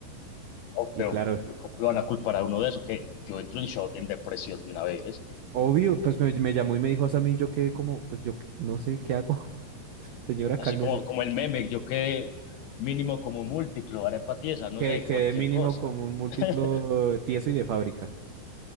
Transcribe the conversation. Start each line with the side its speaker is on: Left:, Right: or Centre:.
Left: Oh,
Right: Y
Left: pero,
Right: claro,
Left: pero ¿cómo lo van a culpar a uno de eso? Que yo entro en shock, en depresión de una vez.
Right: obvio, pues me, me llamó y me dijo eso a mí. Yo quedé como, pues yo qué- no sé qué hago. <laughs> Señora,
Left: Así
Right: cálmese.
Left: como, como el meme, yo quedé mínimo como múltiplo, arepa tiesa, no
Right: Que
Left: sé,
Right: quedé
Left: cualquier
Right: mínimo
Left: cosa.
Right: como un múltiplo
Left: <laughs>
Right: eh, tieso y de fábrica.